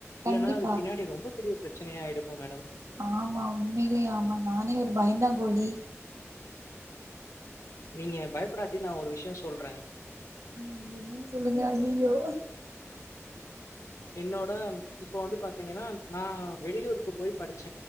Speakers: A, on the left; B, on the right.
A: இல்லன்னா
B: கண்டிப்பா
A: அது பின்னாடி ரொம்ப பெரிய பிரச்சனையாயடுக்கும் மேடம்
B: ஆமா உண்மையிலே ஆமா நானே ஒரு பயந்தா கோழி
A: நீங்க பயப்படாட்டி நா ஒரு விஷய ஷய சொல்ற
B: உம் என்னன்னு சொல்லுங்க ஐயையோ
A: என்னோட இப்ப வந்து பாத்தீங்கன்னா நா வெளியூருக்கு போய் படிச்ச